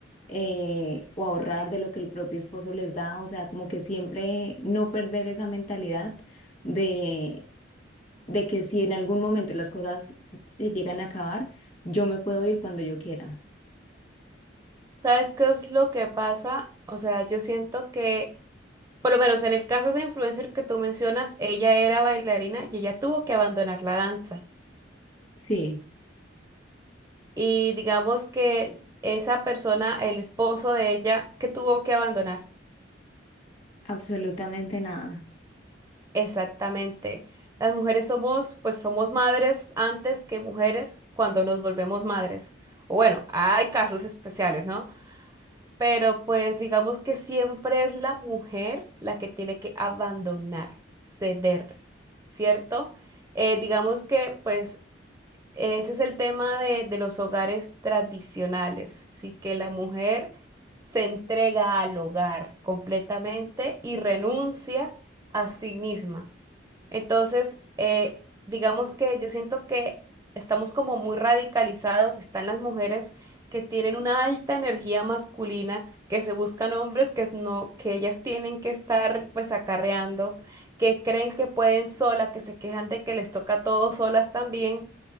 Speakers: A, on the left (about 35°); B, on the right (about 15°).
A: eh, o ahorrar de lo que el propio esposo les da, o sea, como que siempre no perder esa mentalidad de, de que si en algún momento las cosas se llegan a acabar, yo me puedo ir cuando yo quiera.
B: ¿Sabes qué es lo que pasa? O sea, yo siento que Por lo menos en el caso de esa influencer que tú mencionas, ella era bailarina y ella tuvo que abandonar la danza.
A: Sí,
B: Y digamos que esa persona, el esposo de ella, que tuvo que abandonar.
A: absolutamente nada.
B: Exactamente. Las mujeres somos, pues somos madres antes que mujeres cuando nos volvemos madres. O bueno, hay casos especiales, ¿no? Pero pues digamos que siempre es la mujer la que tiene que abandonar, ceder, ¿cierto? eh, digamos que pues Ese es el tema de, de los hogares tradicionales, sí que la mujer se entrega al hogar completamente y renuncia a sí misma. Entonces, eh, digamos que yo siento que estamos como muy radicalizados, están las mujeres que tienen una alta energía masculina, que se buscan hombres que es no, que ellas tienen que estar pues acarreando, que creen que pueden sola, que se quejan de que les toca todo solas también,